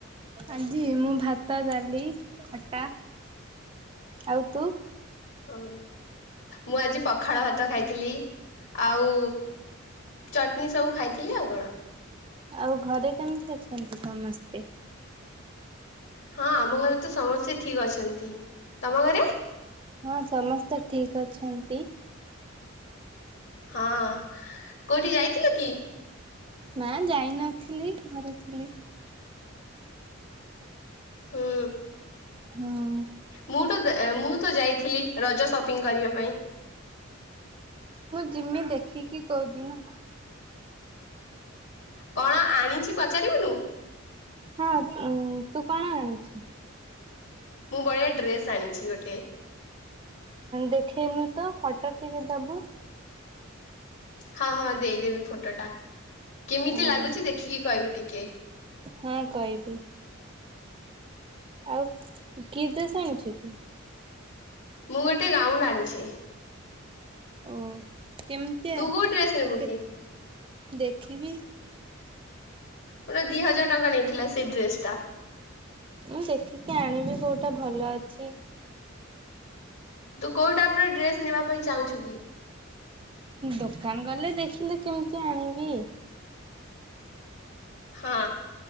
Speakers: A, on the right; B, on the left.
A: ଆଜି ମୁଁ ଭାତ ଡାଲି ଖଟା ଆଉ ତୁ
B: ଓ ମୁଁ ଆଜି ପଖାଳ ଭାତ ଖାଇଥିଲି ଆଉ ଚଟଣି ସବୁ ଖାଇଥିଲି ଆଉ କଣ
A: ଆଉ ଘରେ କେମିତି ଅଛନ୍ତି ସମସ୍ତେ?
B: ହଁ ଆମ ଘରେ ତ ସମସ୍ତେ ଠିକ ଅଛନ୍ତି ତମ ଘରେ
A: ହଁ ସମସ୍ତେ ଠିକ ଅଛନ୍ତି।
B: ହଁ କୋଉଠି ଯାଇଥିଲେ କି?
A: ନା ଯାଇ ନଥିଲି ଘରେଥିଲି।
B: ହୁଁ
A: ହଁ
B: ମୁଁଟା ମୁଁ ତ ଯାଇଥିଲି। ରଜ ସପିଙ୍ଗ କରିବା ପାଇଁ
A: ଚିମି ଦେଖିକି କହୁଦି ନା।
B: କଣ ଆଣିଛି ପଚାରିବୁନୁ?
A: ହଁ ତୁ କଣ ଆଣିଛୁ।
B: ମୁଁ ବଢିଆ ଡ୍ରେସ୍ ଆଣିଛି ଗୋଟେ।
A: ଦେଖେଇନୁ ତ ଫଟୋ ଟିକେ ଦବୁ।
B: ହଁ ହଁ ଦେଇଦେବି ଫଟୋଟା। କେମିତି
A: ଆଉ
B: ଲାଗୁଛି ଦେଖିକି କହିବୁ ଟିକେ? ଓ କେ।
A: ହଁ କହିବି। ଆଉ କି ଡ୍ରେସ୍ ଆଣିଛୁ?
B: ମୁଁ ଗୋଟେ ଗାଉଣ୍ଡ ଆଣିଛି।
A: ଓ କେମିତି
B: ତୁ କୋଉ ଡ୍ରେସ ନେବୁ
A: କେ
B: କି?
A: ଦେଖିବି।
B: ପୁରା ଦି ହଜାର ଟଙ୍କା ନେଇଥିଲା ସେଇ ଡ୍ରେସ ଟା।
A: ମୁଁ ଦେଖିକି ଆଣିବି କୋଉଠି ଟା ଭଲ ଅଛି।
B: ତୁ କୋଉ ଟାଇପ ର ଡ୍ରେସ ନେବା ପାଇଁ ଚାହୁଁଛୁ କି
A: ଦୋକାନ ଗଲେ ଦେଖିଲେ କେମିତି ଆଣିବି?
B: ହଁ।